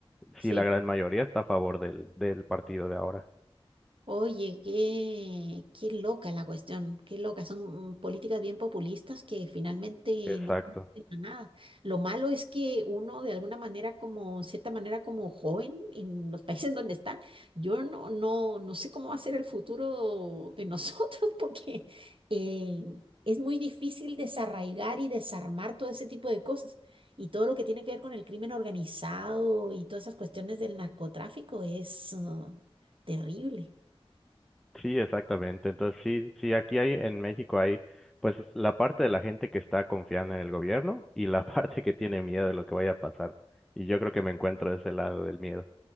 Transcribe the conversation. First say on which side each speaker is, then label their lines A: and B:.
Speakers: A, on the right; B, in the centre.
A: sí,
B: sí, la gran mayoría está a favor del, del partido de ahora.
A: Oye, qué, qué loca la cuestión, qué loca. Son mm, políticas bien populistas que finalmente
B: Exacto.
A: no conducen a nada. Lo malo es que uno de alguna manera, como cierta manera, como joven en los <laughs> países en donde está, yo no, no, no sé cómo va a ser el futuro de nosotros <laughs> porque eh, es muy difícil desarraigar y desarmar todo ese tipo de cosas. Y todo lo que tiene que ver con el crimen organizado y todas esas cuestiones del narcotráfico es ah, terrible.
B: Sí, exactamente. Entonces, sí, sí, aquí hay en México hay pues la parte de la gente que está confiando en el gobierno y la <laughs> parte que tiene miedo de lo que vaya a pasar. Y yo creo que me encuentro de ese lado del miedo.